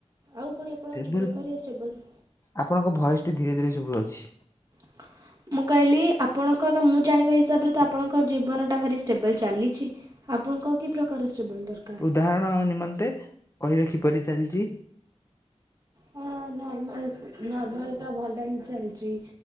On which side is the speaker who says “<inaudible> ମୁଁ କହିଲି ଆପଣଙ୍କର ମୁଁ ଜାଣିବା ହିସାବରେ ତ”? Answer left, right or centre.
Right